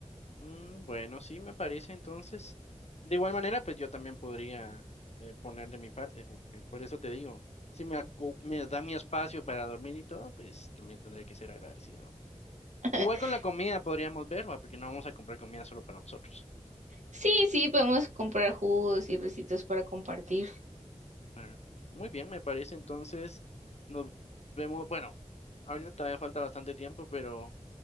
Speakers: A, on the left; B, on the right.
A: Mm, bueno, sí, me parece entonces. De igual manera, pues yo también podría eh, poner de mi parte, porque por eso te digo, si me, acu- me da mi espacio para dormir y todo, pues también tendré que ser agradecido.
B: <laughs>
A: Igual con la comida podríamos ver, ¿va? Porque no vamos a comprar comida solo para nosotros.
B: Sí, sí, podemos comprar jugos y recitos para compartir.
A: Pero, muy bien, me parece. Entonces, nos vemos. Bueno, ahorita todavía falta bastante tiempo, pero